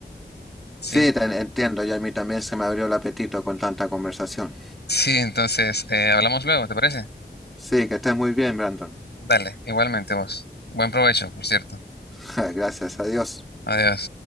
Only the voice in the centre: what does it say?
Sí, te entiendo, y a mí también se me abrió el apetito con tanta conversación.
Sí, que estés muy bien, Brandon.
<laughs> Gracias a Dios.